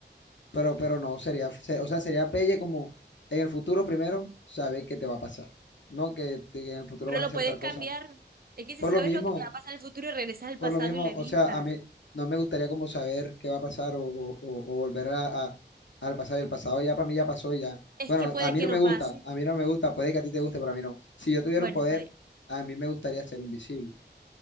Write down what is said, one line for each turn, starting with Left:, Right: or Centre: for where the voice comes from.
Left: pero, pero no, sería, se- o sea, sería pelle como en el futuro primero saber qué te va a pasar, no que te- en el futuro
Right: pero
Left: vas
Right: lo
Left: a hacer
Right: puedes
Left: tal cosa.
Right: cambiar. Es que si
Left: Por
Right: sabes
Left: lo mismo,
Right: lo que te va a pasar en el futuro, regresas al
Left: Por
Right: pasado
Left: lo mismo,
Right: y lo evitas.
Left: o sea, a mí no me gustaría como saber qué va a pasar o, o- o- o volver a, a- al pasado. Y el pasado ya para mí ya pasó ya.
Right: Es
Left: Bueno,
Right: que puede
Left: a mí
Right: que
Left: no
Right: no
Left: me gusta,
Right: pase.
Left: a mí no me gusta, puede que a ti te guste, pero a mí no. Si yo tuviera
Right: Bueno,
Left: un poder,
Right: está bien.
Left: a mí me gustaría ser invisible.